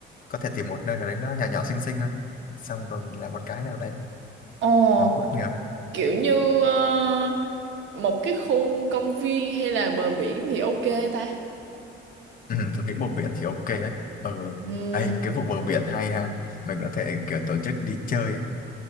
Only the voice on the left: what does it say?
có thể tìm một nơi nào đấy nó nhỏ nhỏ xinh xinh thôi xong rồi mình làm một cái nào đấy
nó bất ngờ
ừ, tôi nghĩ bờ biển thì ok á ừ
ấy cái vụ bờ biển hay ha mình có thể kiểu tổ chức đi chơi ấy